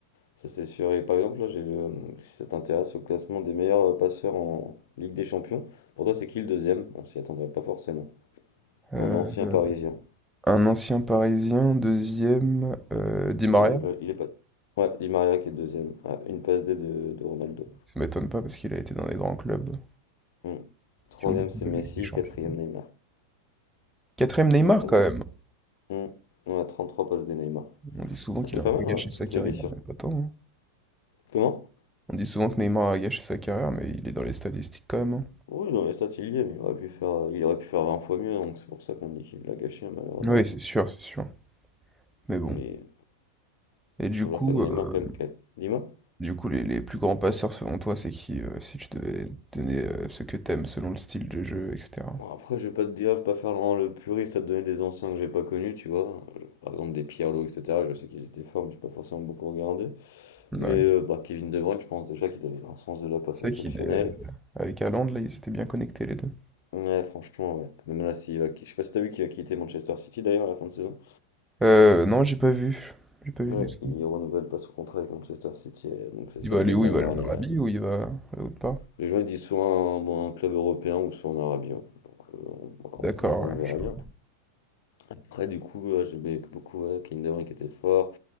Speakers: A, on the left; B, in the centre.
A: Ça c'est sûr. Et par exemple, là, j'ai le, si ça t'intéresse, au classement des meilleurs euh, passeurs en Ligue des Champions, pour toi, c'est qui le deuxième? On s'y attendrait pas forcément.
B: Euh,
A: Un ancien Parisien.
B: un ancien Parisien, deuxième, euh, Di Maria.
A: Il est, là, il est pas. Ouais, Di Maria qui est deuxième. à une passe D de, de Ronaldo.
B: Ça m'étonne pas parce qu'il a été dans des grands clubs
A: Hmm. Troisième,
B: qui ont beaucoup
A: c'est
B: joué
A: Messi.
B: la Ligue des Champions.
A: Quatrième, Neymar.
B: Quatrième Neymar
A: Donc, ouais,
B: quand
A: non.
B: même.
A: Hmm. On a 33 passes D Neymar.
B: On dit souvent
A: Ah,
B: qu'il
A: c'est
B: a
A: pas
B: un peu
A: mal,
B: gâché
A: hein,
B: sa
A: toutes
B: carrière,
A: les blessures.
B: mais pas tant. hein.
A: Comment?
B: On dit souvent que Neymar a gâché sa carrière, mais il est dans les statistiques quand même. hein.
A: Oui, dans les stats, il y est, mais il aurait pu faire, euh, il aurait pu faire 20 fois mieux, donc c'est pour ça qu'on dit qu'il l'a gâché, hein, malheureusement.
B: Oui, c'est sûr, c'est sûr. Mais bon.
A: Mais
B: Et du
A: un
B: coup,
A: joueur comme Neymar,
B: euh,
A: quand même, qui a- dis-moi.
B: Du coup, les, les plus grands passeurs selon toi, c'est qui euh, si tu devais donner euh, ce que t'aimes selon le style de jeu, etc.
A: Bon, après, je vais pas te dire, je vais pas faire vraiment le puriste à te donner des anciens que j'ai pas connus, tu vois. Je- Par exemple, des Pirlo, etc. Je sais qu'ils étaient forts, mais j'ai pas forcément beaucoup regardé.
B: Ouais.
A: Mais euh, bah, Kevin De Bruyne, je pense déjà qu'il avait un sens de la passe
B: C'est
A: exceptionnel.
B: vrai qu'il est... euh, Avec Haaland, là, ils s'étaient bien connectés les deux.
A: Ouais, franchement, ouais. Même là, s'il va qui- je sais pas si t'as vu qu'il va quitter Manchester City d'ailleurs à la fin de saison.
B: Euh, non, j'ai pas vu. J'ai pas vu
A: Ouais,
B: du tout.
A: il renouvelle pas son contrat avec Manchester City, euh, donc c'est
B: Il
A: sa
B: va aller où?
A: dernière
B: Il va aller
A: année
B: en Arabie
A: là.
B: ou il va à l'autre part?
A: Les gens ils disent soit un, bon, un club européen ou soit en Arabie. hein. Donc euh, on, bah,
B: D'accord,
A: on on
B: ouais,
A: verra
B: je vois.
A: bien. Après du coup, heu, j'aimais beaucoup, ouais, Kevin De Bruyne qui était fort,